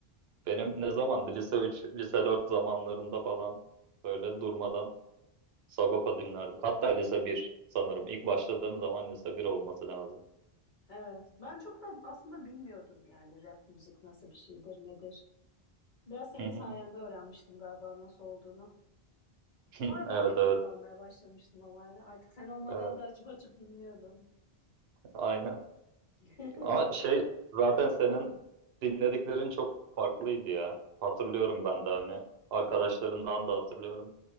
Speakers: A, on the right; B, on the left.
A: Benim ne zamandı? Lise 3, lise 4 zamanlarında falan böyle durmadan Sagopa dinlerdik. Hatta lise bir sanırım. İlk başladığım zaman lise bir olması lazım.
B: Evet. Ben çok da aslında bilmiyordum yani rap müzik nasıl bir şeydir, nedir. Biraz senin
A: Hı hı.
B: sayende öğrenmiştim galiba nasıl olduğunu.
A: <laughs>
B: Sonra ben
A: Evet
B: de keyif
A: evet.
B: almaya başlamıştım ama artık sen olmadan
A: Evet.
B: da açıp açıp dinliyordum.
A: Aynen.
B: <laughs>
A: Ama şey zaten senin dinlediklerin çok farklıydı ya. Hatırlıyorum ben de hani arkadaşlarından da hatırlıyorum.